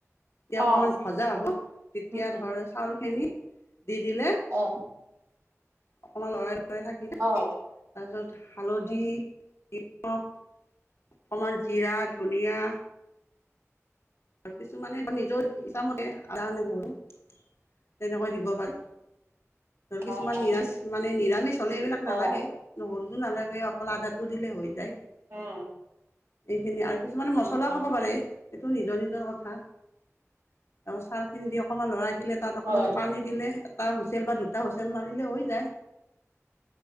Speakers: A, on the left (about 55°); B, on the right (about 55°).
A: তিয়া
B: অ
A: অকণমান ভজা হ'ব, তেতিয়া
B: উম
A: ধৰ চাউলখিনি দি দিলে
B: অ'।
A: অকমান লৰাই লৰাই থাকি
B: অ'।
A: তাৰপিছত হালধি, নিমখ অকমান জিৰা, ধনিয়া আৰু কিছুমানে নিজৰ ইছামতে আধা নহৰু তেনেকৈ দিব পাৰে, ধৰ
B: অ
A: কিছুমান
B: অ
A: নিৰামি মানে নিৰামিষ হ'লে এইবিলাক
B: অ
A: নালাগে। নহৰুতো নালাগে অকল আধাটো দিলে হৈ যায়।
B: <unintelligible>
A: এইখিনি আৰু কিছুমানে
B: উম
A: মছলাও খাব পাৰে সেইটো নি নিজৰ নিজৰ কথা। তাৰ চাৰখিনি দি অকমান লৰাই দিলে তাত
B: হয়
A: অকমান পানী দিলে, এটা হোচেল বা দুটা হোচেল, মাৰিলে হৈ যায়।